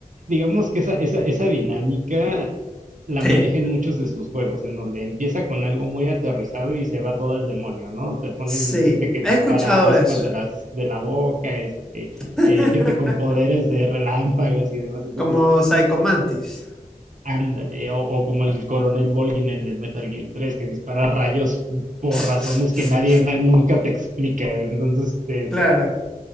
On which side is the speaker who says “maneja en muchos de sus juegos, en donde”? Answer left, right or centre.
Right